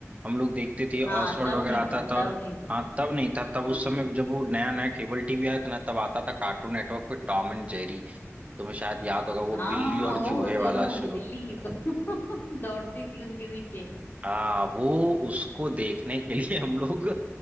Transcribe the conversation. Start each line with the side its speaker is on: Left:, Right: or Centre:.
Right: हम लोग देखते थे
Left: हाँ
Right: ऑसवर्ल्ड
Left: तब
Right: वगैरह
Left: नहीं
Right: आता
Left: था
Right: था
Left: तब
Right: और
Left: नहीं था
Right: हाँ तब नहीं था तब
Left: हाँ
Right: उस समय जब वो नया नया केबल टीवी आया था ना तब आता था कार्टून नेटवर्क पे टॉम एंड जेरी तुम्हें शायद याद होगा वो
Left: हाँ
Right: बिल्ली और
Left: ओह
Right: चूहे
Left: दोनों
Right: वाला शो
Left: बिल्ली <laughs> दौड़ती थी उनके पीछे
Right: हाँ वो उसको देखने के लिए हम लोग